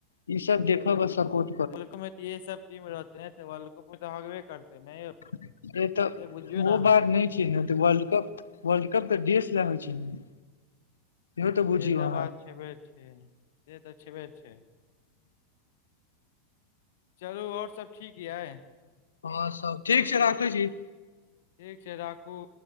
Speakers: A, on the left; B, on the left.
A: ई सब देख ब सपोर
B: वल्को तऽ इह सब चीज मे रहते ने तऽ वल्को में तऽ हगबे करते ने यौ
A: नइ हमरा तऽ
B: से बुझियौ ने
A: वो
B: अहाँ
A: बार नहि चीन तऽ वर्ल्ड कप वर्ल्ड कप तऽ देस ले होई छै ने इहो बुझियौ
B: से तऽ
A: अहाँ
B: बात छेबे छै से तऽ छेबे छै चलू आओर सब ठीक यै
A: हाँ सब ठीक छै राखै छी
B: ठीक छै राखू